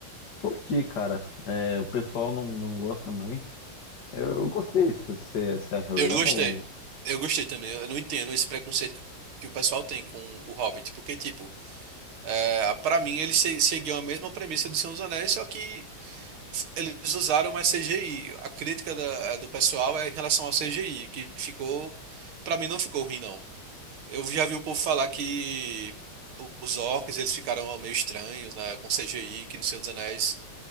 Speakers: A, on the left (about 55°); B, on the right (about 85°).
A: Curti, cara. É, o pessoal não, não gosta muito. Eu, eu gostei. Você, você acha legal?
B: Eu gostei. Eu gostei também. Eu não entendo esse preconceito que, que o pessoal tem com o Hobbit, porque, tipo, é, para mim, ele se, seguiu a mesma premissa do Senhor dos Anéis, só que f- eles usaram mais CGI. A crítica da- do pessoal é em relação ao CGI, que ficou, pra mim, não ficou ruim, não. Eu já vi o povo falar que o- os orcs eles ficaram meio estranhos, né, com CGI, que no Senhor dos Anéis